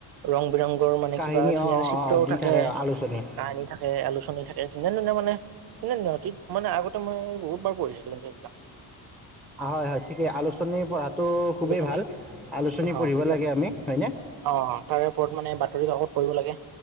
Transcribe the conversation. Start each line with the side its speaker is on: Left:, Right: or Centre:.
Right: ৰং বিৰঙৰ মানে
Centre: কাহিনী
Right: কিবা ধুনীয়া
Centre: অ', অ',
Right: চিত্ৰও
Centre: অ', দি
Right: থাকে,
Centre: আলোচনী
Right: কাহিনী থাকে, আলোচনী থাকে, ধুনীয়া ধুনীয়া মানে ধুনীয়া ধুনীয়া অতি, মানে আগতে মই বহুতবাৰ পঢ়িছিলো কিন্তু এইবিলাক।
Centre: হয়, হয়, ঠিকেই
Right: উম
Centre: আলোচনী পঢ়াটো খুবেই
Right: আলোচনী
Centre: ভাল আলোচনী
Right: অ
Centre: পঢ়িব
Right: সেইটোৱে
Centre: লাগে আমি হয় নে?
Right: অ' তাৰে ওপৰত মানে বাতৰি কাকত পঢ়িব লাগে।